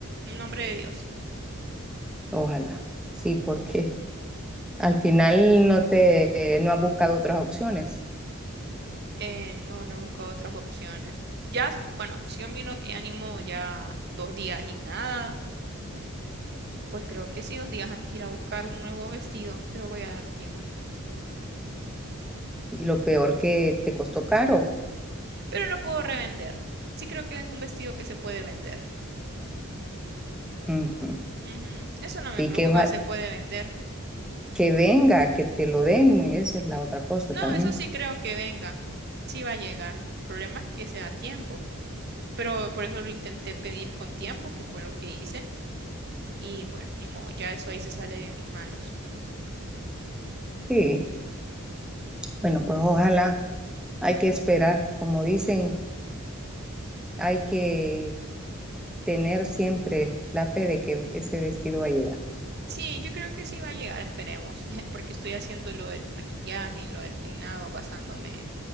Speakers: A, on the right (about 50°); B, in the centre.
A: En nombre de Dios.
B: ojalá. Sí, porque al final no te, no has buscado otras opciones.
A: Eh, no, no he buscado otras opciones. Ya, bueno, si yo miro que animo ya dos días y nada, pues creo que sí, dos días antes ir a buscar un nuevo vestido, pero voy a dar tiempo.
B: Y lo peor que te costó caro.
A: Pero lo puedo revender. Sí creo que es un vestido que se puede vender.
B: Ujú.
A: Ujú. Eso no me
B: Sí,
A: preocupa,
B: que, oja-
A: se puede vender.
B: que venga, que te lo den, esa es la otra cosa
A: No,
B: también.
A: eso sí creo que venga. Sí va a llegar. El problema es que sea a tiempo. pero por eso lo intenté pedir con tiempo, que fue lo que hice. Y bueno, ni modo, ya eso ahí se sale de mis manos.
B: Sí, bueno, pues ojalá. Hay que esperar, como dicen, hay que tener siempre la fe de que ese vestido va a llegar.
A: Sí, yo creo que sí va a llegar, esperemos, <laughs> porque estoy haciendo lo del maquillaje y lo del peinado basándome